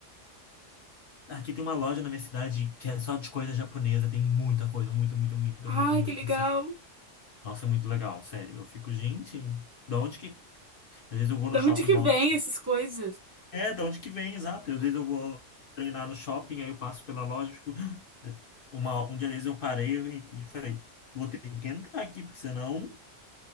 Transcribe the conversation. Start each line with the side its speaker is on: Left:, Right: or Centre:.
Left: Aqui tem uma loja na minha cidade que é só de coisa japonesa, tem muita coisa, muita, muita, muita,
Right: Ai,
Left: muita, muita,
Right: que legal.
Left: assim. Nossa, é muito legal, sério. Eu fico, gente, da onde que. Às vezes eu vou
Right: Da
Left: no shopping
Right: onde que
Left: e volto.
Right: vem essas coisas?
Left: É, da onde que vem, exato. Às vezes eu vou treinar no shopping, aí eu passo pela loja e fico. <gasps> Uma, um dia desses eu parei e, e falei, vou ter que entrar aqui, porque senão